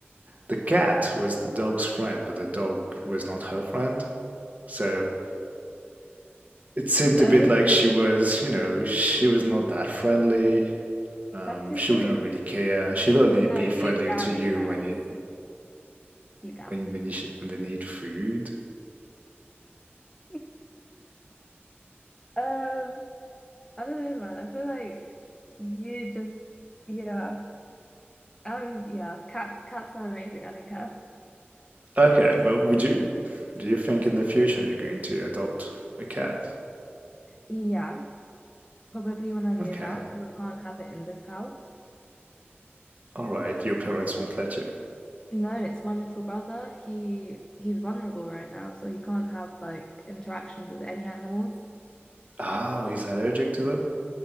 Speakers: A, on the right (about 35°); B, on the left (about 15°).
A: the cat was the dog's friend, but the dog was not her friend. So it seemed
B: So
A: a bit like she was, you know, she was not that friendly. Um,
B: that's okay.
A: she wouldn't really care. She'll only
B: No,
A: be friendly
B: deep down
A: to you
B: it cares.
A: when you
B: Deep down.
A: when when you sh when they need food.
B: <laughs> Um, I don't know, man. I feel like you just, yeah. Um, yeah, cat cats are amazing. I don't care.
A: Okay, well, would you do you think in the future you're going to adopt a cat?
B: Yeah. Probably when I move
A: Okay.
B: out because I can't have it in this house.
A: All right. Your parents won't let you.
B: No, it's my little brother. He he's vulnerable right now, so he can't have like interactions with any animals.
A: Oh, he's allergic to them?